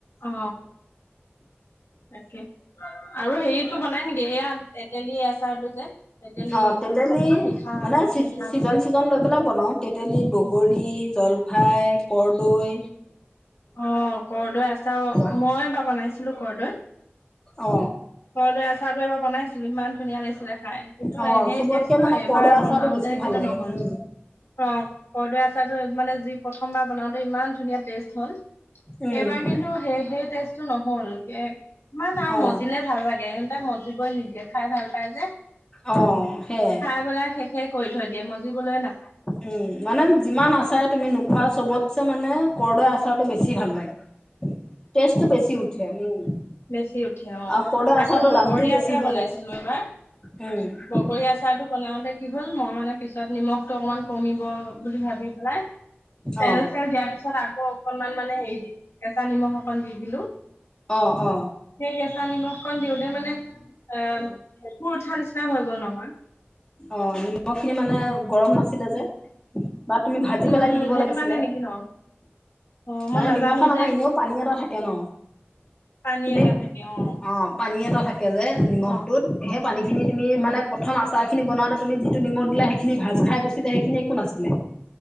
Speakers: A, on the left; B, on the left.
A: অ তাকে আৰু হেৰিটো বনাই নেকি এইয়া তেতেলী আচাৰটো যে তেতেলী
B: অ তেতেলী
A: আৰু অকমান মিঠা
B: মানে চি
A: মিঠাটো
B: চিজন
A: যে
B: চিজন লৈ পেলাই বনাও তেতেলী বগৰী জলফাই কৰদৈ
A: অ কৰৰ্দৈ আছাও
B: হয়
A: মই এবাৰ বনাইছিলো কৰৰ্দৈ
B: অ
A: কৰদৈ আচাৰটো এবাৰ বনাইছিলো ইমান ধুনীয়া লাগিছিলে খাই কিন্তু
B: অ
A: সেই
B: চবতকে
A: টেষ্টটো
B: মানে
A: এইবাৰ
B: কৰ্দৈ আচাৰটো
A: বনাওতে
B: বেছি ভাল
A: কিন্তু
B: লাগে
A: নহ'ল
B: উম
A: কৰ কৰদৈ আচাৰটো মানে যি প্ৰথমবাৰ বনাওতে ইমান ধুনীয়া টেষ্ট হ'ল
B: উম
A: এইবাৰ কিন্তু সেই সেই টেষ্টটো নহল ইমান আৰু
B: অ
A: মজিলে ভাল লাগে মজিবই নিদিয়ে খাই ভাল পায় যে
B: অ সেইয়াই
A: খাই পেলাই শেষ শেই কৰি থৈ দিয়ে মজিবলৈ নাপায়
B: উম মানে যিমান আচাৰে তুমি নোখোৱা চবত ছে মানে কৰৰ্দ আচাৰটো বেছি ভাল লাগে টেষ্টটো বেছি উঠে উম
A: বেচি উঠে অ
B: আৰু কৰদৈ আচাৰটোৰ
A: আকৌ বগৰী
B: দামটোও বেছি
A: আচাৰ
B: হৈ
A: বনাইছিলো
B: যায়
A: এবাৰ
B: উম
A: বগৰী আচাৰটো বনাওঁতে কি হ'ল মই মানে পিছত নিমখটো অকণমান কমিব বুলি ভাবি পেলাই তেল
B: অ
A: চেল দিয়াৰ পিছত আকৌ অকনমান মানে হেৰি দি এ নিমখ অকণ দি দিলো
B: অ অ
A: সেই কেঁচা নিমখখন দিওঁতে মানে এ ভেকুৰ উঠা নিচিনা হৈ গল নহয়।
B: অঁ নিমখখিনি মানে গৰম নাছিলে যে। বাট তুমি ভাজি
A: উম
B: পেলাই দি দিব
A: সেইটো
B: লাগিছিলে।
A: কাৰণে নেকি ন অ মই
B: মানে
A: নাজানো
B: নিমখত আমাৰ
A: যে
B: এনেও পানী এটা থাকে ন।
A: পানী
B: তুমি
A: এটা থাকে অ
B: অঁ পানী এটা থাকে। কে যে নিমখটোত,
A: অ
B: সেই পানীখিনি
A: উম
B: তুমি
A: উম
B: মানে প্ৰথম আছ- চাহ খিনি বনাওঁতে তুমি যিটো নিমখ দিলা সেইখিনি ভাজ খাই গৈছিলে সেইখিনি একো নাছিলে,